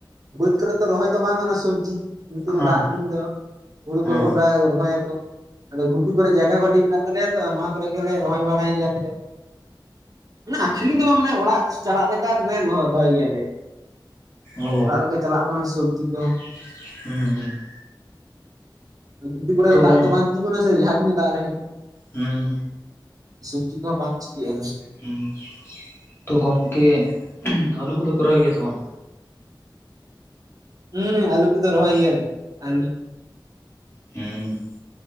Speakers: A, on the right; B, on the left.
A: ᱵᱟᱹᱫᱽ ᱠᱚᱨᱮ ᱛᱚ ᱨᱚᱦᱚᱭ ᱛᱚ ᱵᱟᱝ ᱜᱟᱱᱚᱜᱼᱟ ᱥᱚᱵᱽᱡᱤ, ᱱᱤᱛᱚᱜ ᱫᱚ
B: ᱦᱮᱸ
A: ᱫᱟᱜ ᱫᱤᱱ ᱫᱚ, ᱦᱩᱲᱩ
B: ᱦᱮᱸ
A: ᱠᱚᱨᱮ <unintelligible> ᱾ ᱠᱟᱜ <unintelligible> ᱨᱚᱦᱚᱭᱟ ᱠᱚ ᱾ ᱟᱫᱚ ᱜᱷᱩᱴᱩ ᱠᱚᱨᱮ ᱡᱟᱭᱜᱟ ᱠᱟᱴᱤᱡ ᱢᱮᱱᱟᱜ ᱛᱟᱞᱮᱭᱟ ᱛᱚ ᱱᱚᱣᱟ ᱠᱚᱨᱮ ᱜᱮᱞᱮ ᱨᱚᱦᱚᱭ ᱵᱟᱲᱟᱭ ᱜᱮᱭᱟᱞᱮ ᱾ ᱟᱹᱠᱷᱨᱤᱧ ᱫᱚ ᱵᱟᱝ ᱢᱟᱱᱮ ᱚᱲᱟᱜ ᱪᱟᱞᱟᱜ ᱞᱮᱠᱟ ᱨᱮ ᱨᱚᱦᱚᱭ ᱜᱮᱭᱟᱞᱮ ᱾
B: ᱚ
A: ᱚᱲᱟᱜ ᱨᱮᱠᱚ ᱪᱟᱞᱟᱜ ᱢᱟ ᱥᱚᱵᱽᱡᱤ ᱠᱚ
B: <unintelligible> ᱦᱩᱸ ᱦᱩᱸ ᱾
A: ᱜᱷᱩᱴᱩ ᱠᱚᱨᱮ
B: ᱛᱚ
A: ᱫᱚ ᱫᱟᱜ
B: ᱜᱚᱢ
A: ᱫᱚ ᱵᱟᱝ ᱾ <unintelligible> ᱥᱮ ᱡᱟᱦᱟᱸ ᱛᱤᱱᱟᱹᱜ ᱫᱟᱜ ᱨᱮ
B: ᱦᱩᱸ
A: ᱥᱚᱵᱽᱡᱤ ᱠᱚᱦᱚᱸ ᱵᱟᱝ ᱪᱤᱠᱤᱼᱟ᱾
B: ᱦᱩᱸ ᱾ <unintelligible> ᱛᱚ ᱜᱚᱢᱠᱮ, <unintelligible> ᱟᱹᱞᱩ ᱠᱚᱫᱚ ᱯᱮ ᱨᱚᱦᱚᱣ ᱜᱮᱭᱟ ᱥᱮ ᱵᱟᱝ?
A: ᱦᱩᱸ ᱟᱞᱩ ᱠᱚᱫᱩ ᱨᱚᱦᱚᱭ ᱜᱮᱭᱟ ᱞᱮ, ᱟᱞᱩ
B: ᱦᱩᱸ ᱾